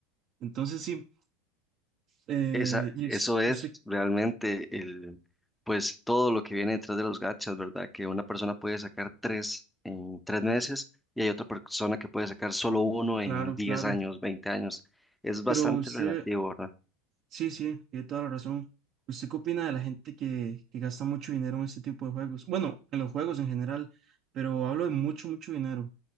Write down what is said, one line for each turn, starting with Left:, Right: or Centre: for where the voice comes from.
Right: Entonces, sí. eh,
Centre: Esa,
Right: y es-
Centre: eso es
Right: usted,
Centre: realmente el, pues todo lo que viene detrás de los gachas, ¿verdad? Que una persona puede sacar tres en tres meses y hay otra persona que puede sacar solo uno
Right: claro,
Centre: en 10
Right: claro.
Centre: años, 20 años. Es bastante
Right: Pero usted,
Centre: relativo, ¿verdad?
Right: Sí, sí, tiene toda la razón. ¿Usted qué opina de la gente que, que gasta mucho dinero en este tipo de juegos? Bueno, en los juegos en general, pero hablo de mucho, mucho dinero.